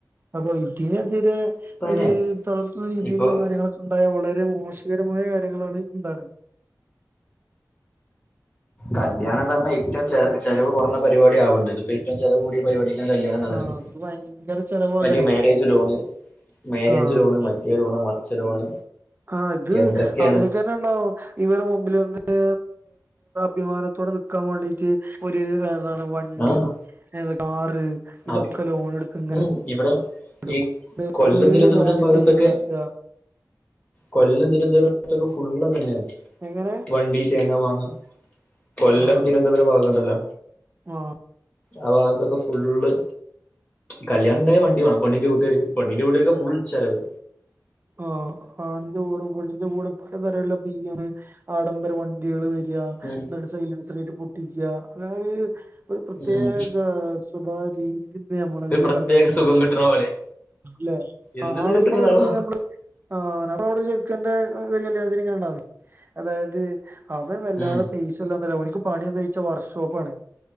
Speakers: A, on the right (about 30°); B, on the left (about 25°).
A: അപ്പോ ഇതേ <unintelligible>
B: ഇപ്പനെ
A: ഒരു തുറന്ന രീതിയിലുള്ള
B: ഇപ്പൊ
A: കാര്യങ്ങളൊക്കെ ഉണ്ടാവും. വളരെ വളരെ മോശകരമായ കാര്യങ്ങളാണ് ഉണ്ടാണെ.
B: കല്യാണം എന്ന് പറഞ്ഞ ഏറ്റവും ചില ചിലവ് കുറഞ്ഞ പരിപാടി ആവണ്ടേ. ഇതിപ്പോ ഏറ്റവും ചിലവ് കൂടിയ പരിപാടി കല്യാണന്ന് പറയുന്നത്.
A: ആഹ് അത് ഭയങ്കര ചെലവാകണേ
B: മറ്റേ മ്യാരേജ് ലോണ് മാരേജ്
A: ആഹ്
B: ലോണ് മറ്റേ ലോണ് മറച്ചെ ലോണ്
A: ആഹ് ഇത്
B: എന്തൊക്കെയാണ്
A: അവനൊക്ക തന്നെ ഉണ്ടാവും ഇവരെ മുമ്പിൽ വന്ന് വിമാനത്തോടെ നിക്കാൻ വേണ്ടീട്ട് ഒരു എന്താണ് വണ്ടി
B: ആഹ്
A: കാറ് ഇതൊക്കെ
B: അത്
A: ലോൺ എടുക്ക ഇങ്ങനെ
B: ഉം ഇവിടെ
A: എടു
B: ഈ കൊല്ലം
A: വീട്
B: തിരുവനന്തപുരം
A: ലോൺ എടുത്ത്
B: ഭാഗത്തൊക്കെ
A: ശരിയാക്കുക
B: കൊല്ലം തിരുവനന്തപുരത്തൊക്കെ ഫുള്ള തന്നെ
A: എങ്ങനെ
B: വണ്ടി തേങ്ങാ വങ്ങ കൊല്ലം
A: ആഹ്
B: തിരുവനന്തപുരം ഭാഗംണ്ടല്ലോ
A: ആഹ്
B: ആ ഭാഗത്തൊക്കെ ഫുള്ള് കല്യാണായ വണ്ടി വേണം പൊണിന്റെ കൂട്ടുകാ പണ്ണിന്റെ കൂട്ടുകൊക്കെ ഫുൾ ഇിച്ചാലത്
A: ആഹ് ആണിന്റെ കൂടും പടിിന്റെ കൂടും പലതരുള്ള ബീയം ആഡംബര വണ്ടികള്
B: ഉം
A: സൈലസീട്ട് പൊട്ടിക്ക അങ്ങനെ ഒരു പ്രത്യേക
B: ഉം
A: സ്ഭ രീതി നമ്മളതിൽ
B: ഒരു പ്രത്യേക
A: കണ്ടുവണം
B: സുഖം കിട്ടണ പോലെ
A: അല്ലെകാണുമ്പോ
B: എന്തിനാ കിട്ടണതാവോ
A: നമ്മളവിടെ പോ നമ്മള് ആ നമ്മളവിടെ ചെക്കന്റെ ണ്ട അതായത് അവൻ വല്ലാതെ
B: ഉം
A: പേസല്ല പണിച്ച വർഷോണ്